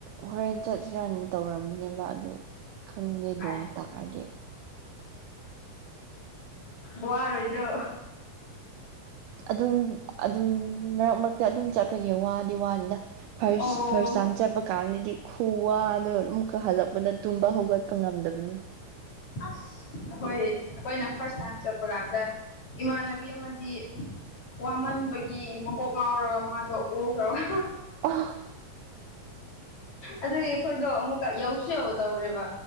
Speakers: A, on the right; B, on the left.
A: ꯍꯣꯔꯦꯟ ꯆꯠꯁꯤꯔꯥꯅ ꯇꯧꯔꯝꯕꯅꯦꯕ ꯑꯗꯨꯗ ꯈꯪꯗꯦ
B: ꯑꯥꯏ
A: ꯅꯣꯡ ꯇꯥꯑꯗꯤ
B: ꯋꯥꯔꯣꯏꯗ꯭ꯔꯣ
A: ꯑꯗꯨꯝ ꯑꯗꯨꯝ ꯃꯔꯛ ꯃꯔꯛꯇ ꯑꯗꯨꯝ ꯆꯠꯄꯒꯤ ꯋꯥꯗꯤ ꯋꯥꯗꯦꯗ ꯐꯥꯔꯁ
B: ꯑꯣ
A: ꯐꯥꯔꯁ ꯇꯥꯏꯝ ꯆꯠꯄ ꯀꯥꯟꯗꯗꯤ ꯈꯨ ꯋꯥꯗꯨ ꯑꯃꯨꯛꯀ ꯍꯜꯂꯛꯄꯗ ꯇꯨꯝꯕ ꯍꯧꯒꯠꯄ ꯉꯝꯗꯕꯅꯤ
B: ꯑꯁ ꯑꯩꯈꯣꯏ ꯑꯩꯈꯣꯏꯅ ꯐꯥꯔꯁ ꯇꯥꯏꯝ ꯆꯠꯄ ꯀꯥꯟꯗ ꯏꯃꯥꯟꯅꯕꯤ ꯑꯃꯗꯤ ꯋꯥꯃꯟꯕꯒꯤ ꯃꯀꯣꯛ ꯉꯥꯎꯔꯒ ꯃꯥꯗꯣ ꯎꯈ꯭ꯔꯕ
A: ꯑꯥꯎ
B: ꯑꯗꯨꯒꯤ ꯑꯩꯈꯣꯏꯗꯣ ꯑꯃꯨꯛꯀ ꯌꯧꯁꯨ ꯌꯧꯗꯧꯔꯦꯕ